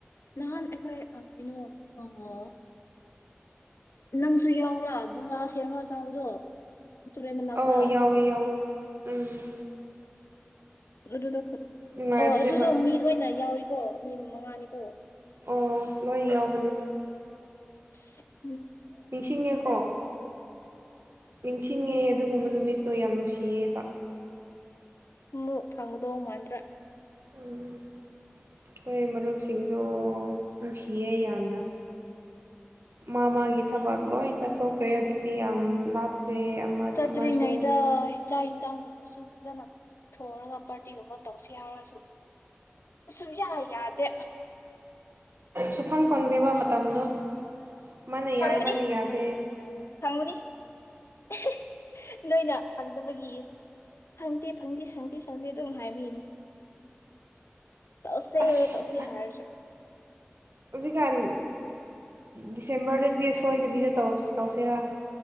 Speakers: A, on the left (about 70°); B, on the right (about 65°).
A: ꯅꯍꯥꯟ ꯑꯩꯈꯣꯏ ꯑ ꯀꯩꯅꯣ ꯑꯃ ꯅꯪꯁꯨ ꯌꯥꯎꯔꯥ ꯕꯨꯃꯥꯁꯀꯤ ꯑꯃ ꯆꯥꯕꯗꯣ ꯇꯨꯔꯦꯟ ꯃꯅꯥꯛꯇ
B: ꯑꯧ ꯌꯥꯎꯋꯦ ꯌꯥꯎꯋꯦ ꯎꯝ
A: ꯑꯗꯨꯗ
B: ꯅꯨꯡꯉꯥꯏꯕꯅꯦꯕ
A: ꯑꯣ ꯑꯗꯨꯗꯣ ꯃꯤ ꯂꯣꯏꯅ ꯌꯥꯎꯋꯤ ꯀꯣ ꯃꯤ ꯃꯉꯥꯅꯤꯀꯣ
B: ꯑꯣ ꯂꯣꯏ ꯌꯥꯎꯕꯅꯦ
A: <unintelligible>
B: ꯅꯤꯡꯁꯤꯡꯉꯦꯀꯣ ꯅꯤꯡꯁꯤꯡꯉꯦ ꯑꯗꯨꯒꯨꯝꯕ ꯅꯨꯃꯤꯠꯇꯣ ꯌꯥꯝ ꯅꯨꯡꯁꯤꯌꯦꯕ
A: ꯑꯃꯨꯛ ꯐꯪꯒꯗꯕ ꯃꯥꯟꯗꯔꯦ
B: ꯎꯝ ꯑꯩꯈꯣꯏ ꯃꯔꯨꯞꯁꯤꯡꯗꯣ ꯅꯨꯡꯁꯤꯌꯦ ꯌꯥꯝꯅ ꯃꯥ ꯃꯥꯒꯤ ꯊꯕꯛ ꯂꯣꯏ ꯆꯠꯊꯣꯛꯈ꯭ꯔꯦ ꯍꯧꯖꯤꯛꯇꯤ ꯌꯥꯝ ꯂꯥꯞ ꯑꯦ
A: ꯆꯠꯇ꯭ꯔꯤꯉꯩꯗ
B: ꯑꯃꯁꯨ
A: ꯆꯥꯛ ꯏꯟꯁꯥꯡꯒꯨꯝꯕꯁꯨ ꯐꯖꯅ ꯊꯣꯡꯉꯒ ꯄꯥꯔꯇꯤꯒꯨꯝꯕ ꯇꯧꯁꯤ ꯌꯥꯎꯔꯁꯨ ꯁꯨꯝ ꯌꯥ ꯌꯥꯗꯦ
B: ꯁꯨꯐꯪ ꯐꯪꯗꯦꯕ ꯃꯇꯝꯗꯣ ꯃꯥꯅ
A: ꯐꯪꯕꯅꯤ
B: ꯌꯥꯏ ꯃꯥꯅ ꯌꯥꯗꯦ
A: ꯐꯪꯕꯅꯤ <inaudible> ꯅꯣꯏꯅ ꯐꯪꯗꯕꯒꯤ ꯐꯪꯗꯦ ꯐꯪꯗꯦ ꯁꯪꯗꯦ ꯁꯪꯗꯦ ꯑꯗꯨꯝ ꯍꯥꯏꯕꯤꯅꯤ ꯇꯧꯁꯦ
B: ꯑꯁ
A: ꯇꯧꯁꯦ ꯍꯥꯏꯔꯁꯨ
B: ꯍꯧꯖꯤꯛꯀꯥꯟ ꯗꯤꯁꯦꯝꯕꯔꯗꯗꯤ ꯁꯣꯏꯗꯕꯤꯗ ꯇꯧꯁꯤꯔꯥ